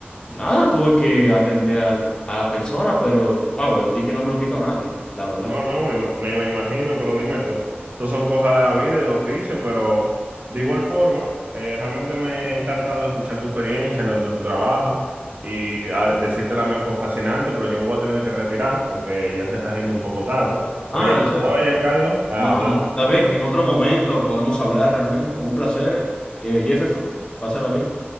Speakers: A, on the left (about 20°); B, on the right (about 40°).
A: nada, tuve que atender al- a la persona, pero, wow, el pique no me lo quitó nadie, la verdad.
B: No, no, me, ima- me, me imagino, pero dime tú. Estos son cosas de la vida y del oficio, pero de igual forma, eh, realmente me ha encantado escuchar tu experiencia tanto en tu trabajo y a- decirte la mía fue fascinante, pero yo me voy a tener que retirar porque ya se está haciendo un poco tarde.
A: Ah,
B: Pero ya
A: en
B: tú sabes,
A: serio.
B: Giancarlo, Carlos
A: Bueno, está bien, en otro momento podemos hablar realmente. Un placer, eh, Jefferson. Pásala bien.